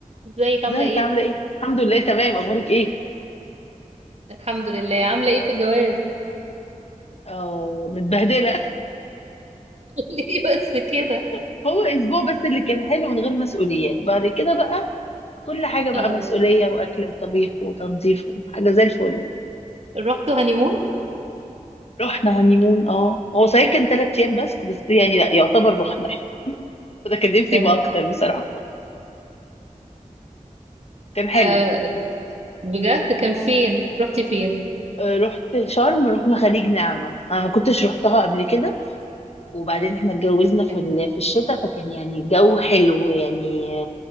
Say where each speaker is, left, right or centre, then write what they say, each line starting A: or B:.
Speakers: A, on the right (about 55°); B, on the left (about 50°).
A: ازيك عاملة
B: ازيك
A: ايه؟
B: عاملة ايه؟ الحمد لله تمام اخبارك ايه؟
A: الحمد لله عاملة ايه في الجواز؟
B: اه متبهدلة
A: <laughs> ليه بس كده؟
B: <laughs> هو اسبوع بس اللي كان حلو من غير مسؤوليات بعد كده بقى كل حاجة بقى
A: اه
B: مسؤولية واكل وطبيخ وتنظيف وحاجة زي الفل
A: رحتوا هانيمون؟
B: رحنا هنيمون اه هو صحيح كان تلات ايام بس بس يعني لا يعتبر رحنا يعني <laughs> انا كان نفسي
A: تمام
B: يبقى اكتر بصراحة كان حلو
A: آه بجد كان فين؟ رحتي فين؟
B: آه، رحت شرم رحنا خليج نعمة انا ما كنتش رحتها قبل كده وبعدين احنا اتجوزنا في
A: تمام.
B: ال- في الشتاء فكان يعني الجو حلو يعني